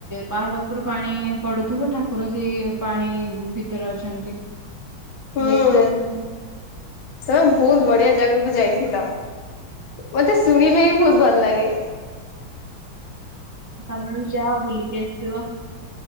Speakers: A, on the right; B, on the left.
A: ପାହାଡ ଉପରୁ ପାଣି ପଡୁଥୁବ ଠାକୁର ସେଇ ପାଣି ଭିତରେ ଅଛନ୍ତି।
B: ହୁଁ
A: ଦେଖାଗଲା।
B: ତମେ ବହୁତ ବଢିଆ ଜାଗାକୁ ଯାଇଥିଲ। ମତେ ଶୁଣିଲେ ବିି ବହୁତ ଭଲ ଲାଗେ।
A: ତମେ ବି ଯାଅ ବୁଲିକି ଆସିବ।